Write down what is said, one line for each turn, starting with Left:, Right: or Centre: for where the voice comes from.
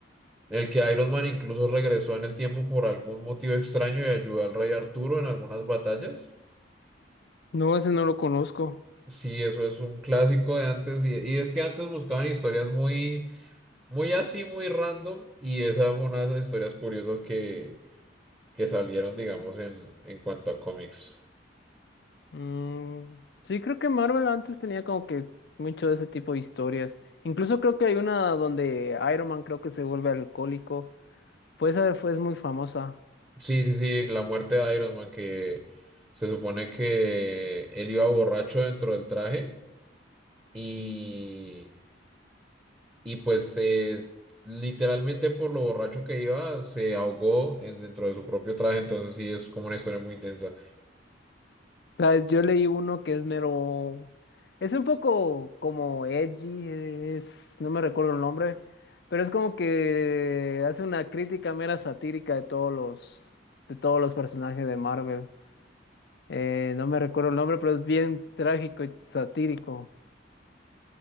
Right: en el que Iron Man incluso regresó en el tiempo por algún motivo extraño y ayudó al rey Arturo en algunas batallas.
Left: No, ese no lo conozco.
Right: Sí, eso es un clásico de antes. Y, y es que antes buscaban historias muy, muy así, muy random. Y esa fue una de esas historias curiosas que, que salieron, digamos, en, en cuanto a cómics.
Left: Mm, sí, creo que Marvel antes tenía como que mucho de ese tipo de historias. Incluso creo que hay una donde Iron Man creo que se vuelve alcohólico. Pues esa fue, es muy famosa.
Right: Sí, sí, sí, la muerte de Iron Man, que se supone que él iba borracho dentro del traje y, y pues eh, literalmente por lo borracho que iba se ahogó en- dentro de su propio traje, entonces sí, es como una historia muy densa.
Left: ¿Sabes? Yo leí uno que es mero. Es un poco como edgy, es... no me recuerdo el nombre, pero es como que hace una crítica mera satírica de todos los, de todos los personajes de Marvel. Eh, no me recuerdo el nombre, pero es bien trágico y satírico.